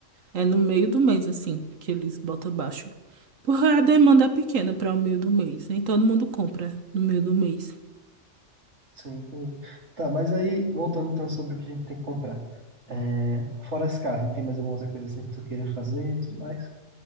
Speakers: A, on the right (about 80°); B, on the right (about 60°).
A: é no meio do mês, assim, que eles botam baixo. Porque a demanda é pequena para o meio do mês, nem todo mundo compra no meio do mês.
B: Sim, entendi. Tá, mas aí, voltando então sobre o que a gente tem que comprar. É, fora esse carro tem mais alguma outra coisa assim que tu queira fazer e tudo mais?